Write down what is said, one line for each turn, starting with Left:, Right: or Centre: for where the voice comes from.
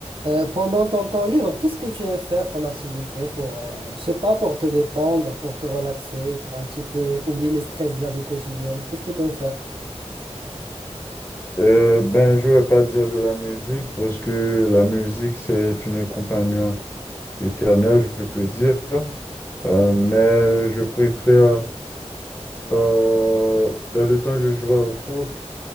Right: Euh, pendant ton temps libre, qu'est-ce que tu aimes faire comme activité pour, euh, je sais pas, pour te détendre, pour te relaxer, pour un petit peu oublier le stress de la vie quotidienne? Qu'est-ce que tu aimes faire?
Left: Euh, ben, je vais pas dire de la musique parce que la musique, c'est une compagnon éternelle, je peux dire. Euh, mais je préfère, euh, dans le temps, je jouais au foot.